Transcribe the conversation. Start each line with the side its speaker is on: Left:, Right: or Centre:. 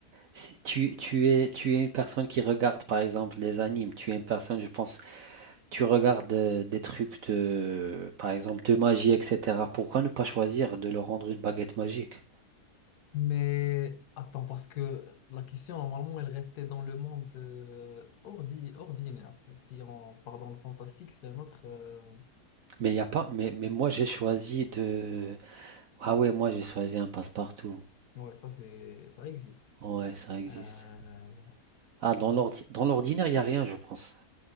Right: si tu, tu es, tu es une personne qui regarde par exemple les animes. Tu es une personne, je pense, Tu regardes euh, des trucs de, par exemple, de magie, etc. Pourquoi ne pas choisir de leur rendre une baguette magique?
Left: Mais attends, parce que la question, normalement, elle restait dans le monde euh, ordi, ordinaire. Si on part dans le fantastique, c'est un autre... euh,
Right: Mais il y a pas. Mais, mais moi, j'ai choisi de. Ah ouais, moi, j'ai choisi un passe-partout.
Left: Ouais, ça, c'est... ça existe.
Right: Ouais, ça existe.
Left: Euh,
Right: Ah, dans l'ordi... dans l'ordinaire, il n'y a rien, je pense.